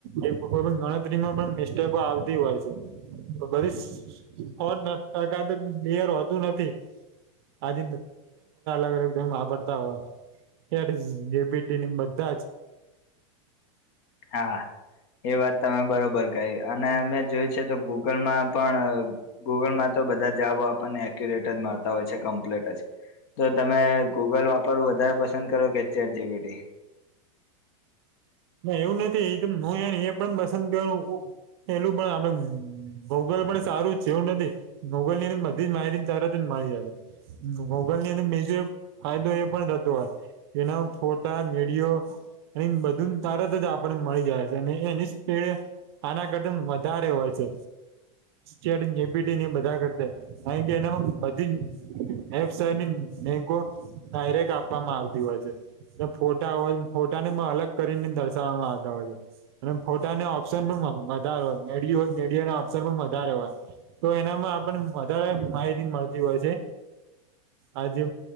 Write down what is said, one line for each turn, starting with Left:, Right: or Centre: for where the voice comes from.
Right: એમ કોઈ પણ ગણતરીમાં પણ મિસટેકો આવતી હોય છે, બધી સો ટકા સાચું હોતુ નથી. અલગ અલગ વાપરતા હોય. ચેટજીપીટી ને બધા જ.
Left: હા. એ વાત તમે બરોબર કહી અને મે જોયું છે તો ગૂગલમાં પણ ગૂગલ માં તો બધા જવાબો આપણને એક્યુરેટ જ મળતા હોય છે કમ્પ્લીટ જ. તો તમે ગૂગલ વાપરવું વધારે પસંદ કરો કે ચેટ જી પી ટી?
Right: ના એવું નથી એ હું યાર એ પણ પસંદ કરુ છુ. એલું પણ આપડ ભૌગલ પણ સારું જ છે એવું નથી. ગૂગલ ની બધી જ માહિતી તરતજ મળી જશે. ગોગલ ની અને બીજો એક ફાયદો એ પણ થતો હોય. એના ફોટા વિડીયો અહીં બધું. તરત જ આપને મળી જાય છે અને એની સ્પીડ આના કરદમ વધારે હોય છે. જડ પીટી ને બધા કરતા થાય કે એનામાં બધી વેબસાઇટ એની ડાયરેક્ટ આપવામાં આવતી હોય છે એ ફોટા હોય ફોટા ને અલગ કરીને દસમાં આવતાળે. અને ફોટા ઓપ્શન પણ વધારે હોય મેડ હો મેડ ના ઓપ્શન પણ વધારે હોય. તો એનામાં આપને વધારે માહિતી મળતી હોય છે. આજે